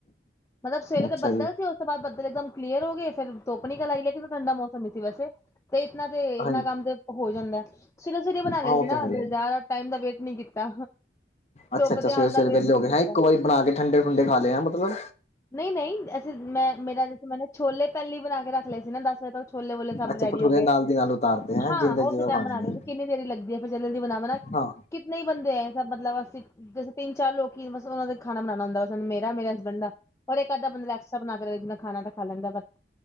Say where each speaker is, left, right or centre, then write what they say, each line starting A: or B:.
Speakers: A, on the left; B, on the left.
A: ਮਤਲਬ ਸਵੇਰੇ
B: ਅੱਛਾ
A: ਤੇ ਬੱਦਲ
B: ਜੀ
A: ਸੀ ਉਸ ਤੋਂ ਬਾਅਦ ਬਦਲ ਇਕ ਦਮ ਕਲੀਅਰ ਹੋ ਗਏ ਫਿਰ ਧੁੱਪ ਨਿਕਲ ਆਈ ਲੇਕਿਨ ਠੰਡਾ ਮੌਸਮ ਹੀ ਸੀ ਵੈਸੇ ਤੇ ਇਤਨਾਂ ਦੇ ਇਨਾਂ
B: ਹਾਂਜੀ
A: ਕੰਮ ਤੇ ਹੋ ਜਾਂਦਾ ਸਵੇਰੇ-ਸਵੇਰੇ ਬਣਾ ਲਏ
B: ਹਾਂ ਉਹ
A: ਸੀ ਨਾਂ
B: ਤਾਂ ਹੈ ਹੀ
A: ਜ਼ਿਆਦਾ
B: ਹੈ।
A: ਟਾਈਮ ਦਾ ਵੇਟ ਨਹੀਂ ਕੀਤਾ।
B: ਅੱਛਾ
A: ਧੁੱਪ
B: ਅੱਛਾ,
A: ਦੇ
B: ਸਵੇਰੇ-ਸਵੇਰੇ
A: ਆਣ ਦਾ ਵੇਟ
B: ਵੇਲੇ
A: ਨਹੀਂ
B: ਹੋ ਗਏ
A: ਕੀਤਾ
B: ਹੈਂ, ਇੱਕ ਵਾਰੀ ਬਣਾ ਕੇ ਠੰਡੇ ਠੁੰਡੇ ਖਾ ਲਏ ਮਤਲਬ
A: ਨਈਂ, ਨਈਂ ਐਸੇ ਮੈਂ ਮੇਰਾ ਜੈਸੇ ਮੈਂਨੇ ਛੋਲੇ ਪਹਿਲੀ ਬਣਾ ਕੇ ਰੱਖ ਲਏ ਸੀ ਨਾ ਦਸ ਵਜੇ ਤੱਕ ਛੋਲੇ ਵੋਲੇ ਸਭ
B: ਅੱਛਾ
A: ਰੈਡੀ
B: ਭਠੂਰੇ
A: ਹੋ ਗਏ
B: ਨਾਲ ਦੀ ਨਾਲ ਉਤਾਰਦੇ ਹੈ
A: ਹਾਂ,
B: ਜਿੰਦਾ
A: ਉਸੇ
B: ਜਿੰਦਾ
A: ਟਾਈਮ
B: ਖਾਣੇ
A: ਮਨਾਉਲ
B: ਨੇ
A: ਕਿੰਨੀ ਦੇਰੀ ਲੱਗਦੀ ਐ ਫਿਰ ਜਦੀ ਬਨਾਵ ਨਾ
B: ਹਾਂ
A: ਕਿਤਨੇਂਈਂ ਬੰਦੇ ਏਂ, ਮਤਲਬ ਅਸੀਂ ਜੈਸੇ ਤਿੰਨ ਚਾਰ ਲੋਕੀ ਬਸ ਉਹਨਾਂ ਦਾ ਖਾਣਾ ਬਣਾਣਾ ਹੁੰਦਾ ਵਾ, ਮੇਰਾ, ਮੇਰੇ ਹਸਬੈਂਡ ਦਾ। ਔਰ ਇੱਕ ਅੱਧਾ ਬੰਦੈ ਐਕਸਟਰਾ ਬਨਾ ਕੇ ਰੱਖ ਦਿੰਦਾ ਖਾਨਾ ਤਾਂ। ਖਾਲਦਾ ਬ <inaudible>